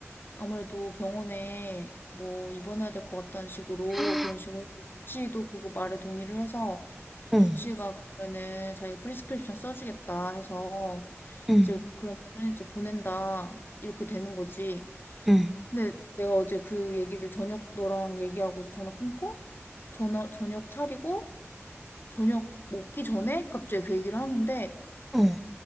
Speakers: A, on the left (about 45°); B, in the centre.
A: 아무래도 병원에 뭐 입원해야 될 것 같다는 식으로
B: <gasps>
A: 그런 식으로 주치의도 그거 말에 동의를 해서
B: 응.
A: 주치의가 그러면은 자기가 프리스크립션 써주겠다 해서
B: 응.
A: 이제 그러면은 이제 보낸다 이렇게 되는 거지.
B: 응.
A: 근데 내가 어제 그 얘기를 저녁 너랑 얘기하고 전화 끊고 전화 저녁 차리고 저녁 먹기 전에 갑자기 그 얘기를 하는데
B: 어.